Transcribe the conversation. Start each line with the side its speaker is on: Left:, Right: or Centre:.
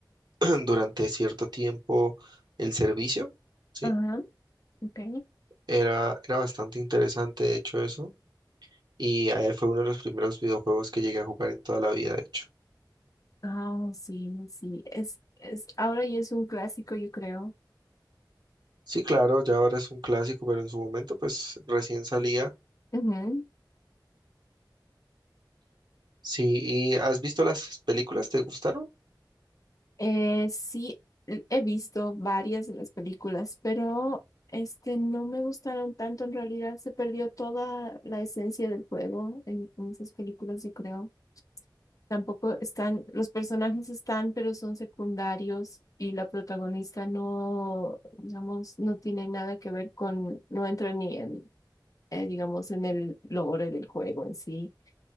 Right: <clears throat> durante cierto tiempo el servicio, ¿sí?
Left: Ajá, ok.
Right: Era, era bastante interesante, de hecho, eso. y eh, fue uno de los primeros videojuegos que llegué a jugar en toda la vida, de hecho.
Left: Ah, sí, sí. Es, es, ahora ya es un clásico, yo creo.
Right: Sí, claro, ya ahora es un clásico, pero en su momento pues recién salía.
Left: Ujú.
Right: Sí, ¿y has visto las películas? ¿Te gustaron?
Left: Eh, sí, he he visto varias de las películas, pero este no me gustaron tanto. En realidad se perdió toda la esencia del juego en, en esas películas, yo creo. Tampoco están, los personajes están, pero son secundarios y la protagonista no, digamos, no tiene nada que ver con, no entra ni en, eh, digamos, en el lore del juego en sí.